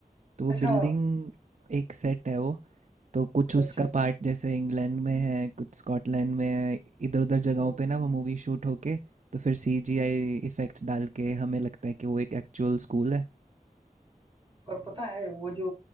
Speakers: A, on the right; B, on the right.
A: तो वो
B: अच्छा
A: बिल्डिंग एक सेट है वो तो कुछ
B: अच्छा
A: उसका
B: अच्छा
A: पार्ट जैसे इंग्लैंड में है कुछ स्कॉटलैंड में है इधर उधर जगहों
B: तो,
A: पे ना वो मूवी शूट होके तो फिर सीजीआई इफेक्ट्स डाल के हमें लगता है कि वो एक एक्चुअल स्कूल है
B: और पता है वो जो